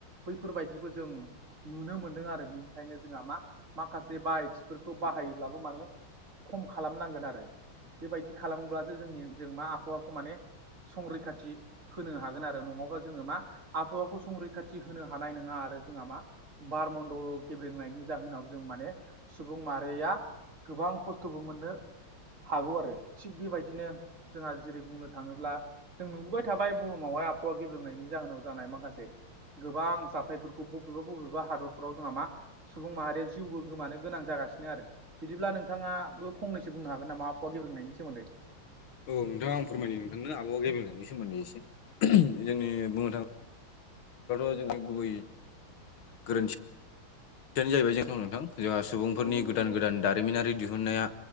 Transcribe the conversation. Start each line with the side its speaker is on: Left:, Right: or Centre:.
Right: बैफोरबायदिखौ जों नुनो मोनदों आरो। बिनि खायनो जोंहा मा माखासे बाहायथिफोरखौ बाहायोब्लाबो माने खम खालामनांगोन आरो। बेबायदि खालाम्लासो जोंनि जों मा आबहावाखौ माने संरैखाथि होनो हागोन आरो नङाबा जोङो मा आबहावाखौ संरैखाथि होनो हानाय नङा आरो जोंहा मा बारमण्डल ब्रेंनायनि जाहोनाव जों माने सुबुं माहारिया गोबां खस्थ'बो मोननोज्ञ हागौ आरो थिग बेबायदिनो जोंहा जेरै बुंनो थाङोब्ला जों नुबोबाय थाबाय बुहुमावहाय आबहावा गेब्रोंनायनि जाहोनाव जानाय माखासे गोबां जाथायफोरखौ बबेबा बबेबा हादरफ्राव जोंहा मा सुबुं माहारिया जिउबो गोमानो गोनां जागासिनो आरो। बिदिब्ला नोंथाङा बो फंनैसो बुंनो हागोन नामा आबहावा गेब्रेंनायनि सोमोन्दै?
Left: औ नोंथां आं फोरमायो नोंथांनो आबहावा गेब्रेंनायनायनि सोमोन्दै एसे। जोंनि बुंनो थाङो जोंनि गुबै गोरोन्थि दियानो जाहैबाय जोंनाव नोंथां जोंहा सुबुंफोरनि
Right: औ नंगौ
Left: गोदान
Right: नंगौ
Left: गोदान दारिमिनारि दिहुनन्नाया